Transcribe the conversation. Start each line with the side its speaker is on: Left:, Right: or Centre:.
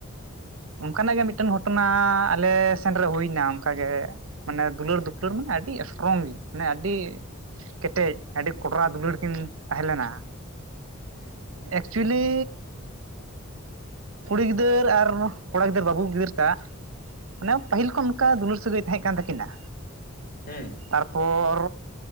Right: ᱚᱱᱠᱟᱱᱟᱜ ᱜᱮ ᱢᱤᱫᱴᱮᱱ
Left: ᱞᱟᱹᱭ
Right: ᱜᱷᱚᱴᱚᱱᱟ
Left: ᱵᱮᱱ
Right: ᱟᱞᱮ ᱥᱮᱱ ᱨᱮ ᱦᱩᱭᱱᱟ ᱚᱱᱠᱟᱜᱮ ᱢᱟᱱᱮ ᱫᱩᱞᱟᱹᱲᱼᱫᱩᱯᱩᱞᱟᱹᱲ ᱢᱟᱱᱮ ᱟᱹᱰᱤ ᱥᱴᱨᱚᱝ ᱜᱮ ᱢᱟᱱᱮ ᱟᱹᱰᱤ ᱠᱮᱴᱮᱡ ᱟᱹᱰᱤ ᱠᱚᱰᱨᱟ ᱫᱩᱞᱟᱹᱲ ᱠᱤᱱ ᱛᱟᱦᱮᱸ ᱞᱮᱱᱟ᱾
Left: ᱦᱩᱸ
Right: ᱮᱠᱪᱩᱭᱮᱞᱤ, ᱠᱩᱲᱤ ᱜᱤᱫᱟᱹᱨ ᱟᱨ ᱠᱚᱲᱟ ᱜᱤᱫᱟᱹᱨ ᱵᱟᱹᱵᱩ ᱜᱤᱫᱟᱹᱨ ᱴᱟᱜ ᱢᱟᱱᱮ ᱯᱟᱹᱦᱤᱞ ᱠᱷᱚᱱ ᱚᱱᱠᱟ ᱫᱩᱞᱟᱹᱲ ᱥᱟᱹᱜᱟᱹᱭ ᱛᱟᱦᱮᱸ ᱠᱟᱱ ᱛᱟᱹᱠᱤᱱᱟ᱾
Left: ᱦᱩᱸ
Right: ᱛᱟᱨᱯᱚᱨ